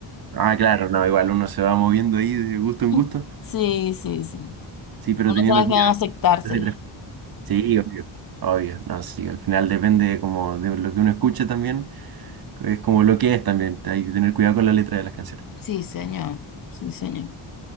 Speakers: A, on the right (about 50°); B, on the left (about 45°).
A: Ah, claro, no, igual uno se va moviendo ahí de gusto en
B: <laughs>
A: gusto.
B: Sí, sí, sí.
A: Sí, pero
B: Uno
A: teniendo
B: sabe
A: cuidado.
B: que van a
A: con
B: aceptársela.
A: las letras. Sí, obvio. Obvio, no, sí, al final depende como de lo que uno escuche también, es como lo que es también, hay que tener cuidado con la letra de las canciones.
B: Sí, señor, sí, señor.